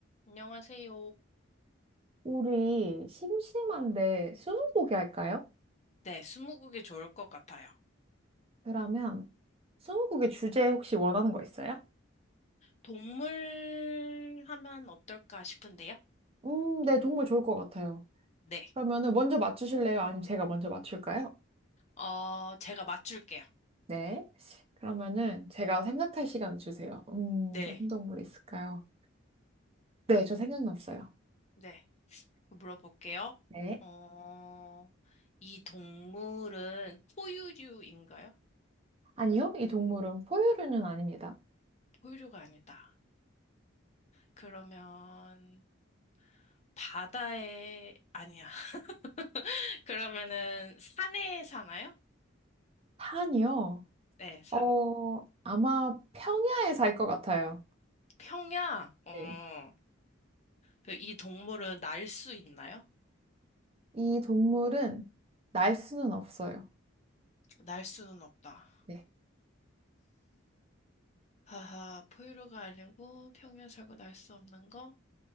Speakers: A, on the left (about 35°); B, on the right (about 30°).
A: 안녕하세요.
B: 우리 심심한데 스무고개 할까요?
A: 네, 스무고개 좋을 것 같아요.
B: 그러면 스무고개 주제 혹시 원하는 거 있어요?
A: 동물 하면 어떨까 싶은데요?
B: 음, 네, 정말 좋을 것 같아요.
A: 네.
B: 그러면은 먼저 맞추실래요? 아니면 제가 먼저 맞출까요?
A: 어, 제가 맞출게요.
B: 네. 그러면은 제가 생각할 시간 주세요. 음,
A: 네.
B: 무슨 동물이 있을까요? 네, 저 생각났어요.
A: 네. 물어볼게요.
B: 네.
A: 어, 이 동물은 포유류인가요?
B: 아니요, 이 동물은 포유류는 아닙니다.
A: 포유류가 아니다. 그러면 바다에, 아니야. <laughs> 그러면은 산에 사나요?
B: 산이요?
A: 네, 산.
B: 어, 아마 평야에 살 것 같아요.
A: 평야? 어,
B: 네.
A: 그이 동물은 날 수 있나요?
B: 이 동물은 날 수는 없어요.
A: 날 수는 없다.
B: 네.
A: 하하, 포유류가 아니고 평년 살고 날 수 없는 거?